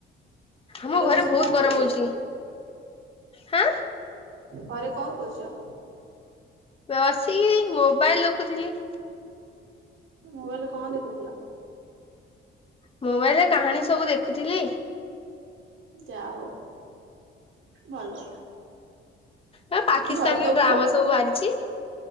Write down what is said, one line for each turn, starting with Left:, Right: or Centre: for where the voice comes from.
Left: ଆମ ଘରେ
Right: ବସିକି
Left: ବହୁତ
Right: କଣ
Left: ଗରମ
Right: କରୁଛ
Left: ହଉଛି, ହାଁ?
Right: ଘରେ କଣ କରୁଛ?
Left: ବସିକିରି ମୋବାଇଲ୍ ଦେଖୁଥିଲି।
Right: ମୋବାଇଲରେ କଣ ଦେଖୁଥିଲ?
Left: ମୋବାଇଲରେ କାହାଣୀ ସବୁ ଦେଖୁଥିଲି।
Right: ଯାହଉ ଭଲ।
Left: ନା ପାକିସ୍ତାନୀ
Right: ଘରେ ସବୁ
Left: ଡ୍ରାମା
Right: ଭଲ?
Left: ସବୁ ବାହାରିଛି।